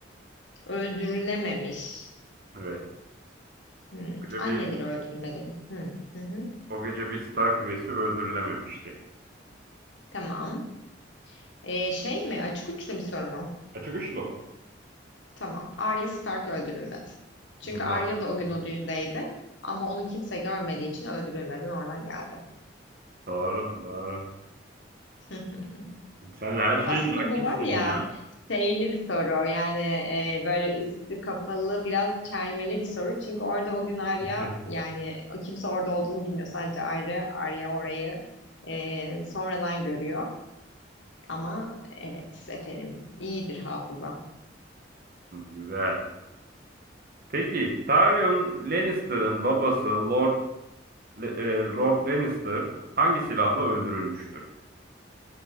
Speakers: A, on the left; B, on the right.
A: Öldürülememiş.
B: Evet.
A: Hmm.
B: O gece
A: Anneleri
B: bir,
A: öldürülmedi mi? Hı hı. hı.
B: o gece bir Stark üyesi öldürülememişti.
A: Tamam. Ee, şey mi? Açık uçlu bir soru mu?
B: Açık uçlu. o.
A: Tamam. Arya Stark öldürülmedi. Çünkü
B: <laughs>
A: Arya da o gün o düğündeydi. Ama onu kimse görmediği için öldürülmeden oradan geldi.
B: Doğru, doğru. doğru.
A: <laughs>
B: Sen her şeyin
A: Aslında
B: hakimsin
A: bu var ya
B: ya.
A: şeyli bir soru yani e, böyle üstü kapalı biraz çelmeli bir soru. Çünkü orada o gün Arya
B: <laughs>
A: yani o kimse orada olduğunu bilmiyor. Sadece Arya, Arya orayı e, sonradan görüyor. Ama evet efendim iyidir hafızam.
B: Güzel. Peki Tyrion Lannister'ın babası Lord Le- e, Lord Lannister hangi silahla öldürülmüştür?